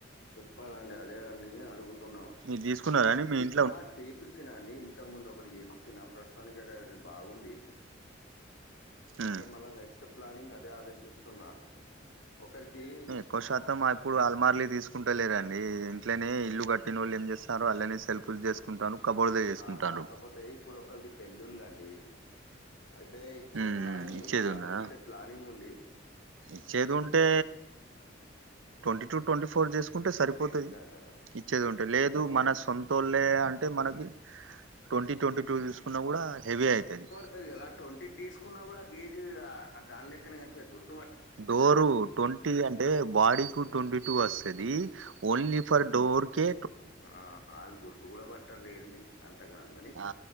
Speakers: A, on the left (about 70°); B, on the right (about 80°).
A: చెప్పాల అండి అదే అని అడుగుతున్నాము
B: మీరు తీసుకున్నార అండి మీ ఇం
A: ఆ చేయిచ్చినా అండి ఇంతకు ముందు ఒకటి చేయిచ్చిన ప్రస్తుతానికి అదా అది బాగుంది
B: ఉమ్
A: అయితే మళ్ళా నెక్స్ట్ ప్లానింగ్ అదే ఆలోచిస్తున్నా ఒకరికి
B: ఎక్కో శాతం మా ఇప్పుడు అలమార్లు తీసుకుంటలేరండి ఇంట్లోనే ఇల్లు కట్టిన వాళ్ళు ఏం చేస్ తరు అలానే సెల్పులు చేసుకుంటారు కబోర్డ్లు చేసుకుంటారు
A: ఆ కాకపోతే ఇప్ ఇప్పుడు ఒకరిది పెళ్ళి ఉందండి అయితే ఇచ్చే
B: ఉమ్
A: ప్లానింగ్
B: ఇచ్చేది
A: ఉనా
B: ఉన్నదా
A: ఇచ్చే ప్లానింగ్ ఉండి
B: ఇచ్చేది ఉంటే ట్వంటీ టు ట్వంటీ ఫోర్ చేసుకుంటే సరిపో పోతది
A: అంతే అంటారా?
B: ఇచ్చేది ఉంటే లేదు మన సొంతళ్లే అంటే మనకి ట్వంటీ ట్వంటీ టూ ఉన్న కూడా హెవి అయితది
A: సార్ ఎలా ట్వంటీ తీసుకున్నా కూడా గేజ్ ఆ దాని లెక్కనే గనిపి గుర్
B: డోరు ట్వంటీ అంటే బాడీ కు ట్వంటీ టూ వస్తది
A: హ్మ్
B: ఓన్లీ ఫర్ డోర్ కేె
A: ఆ ఆళ్ళు గుర్టు కూడా పట్టరు లేండి అంత గనం కని
B: ఆ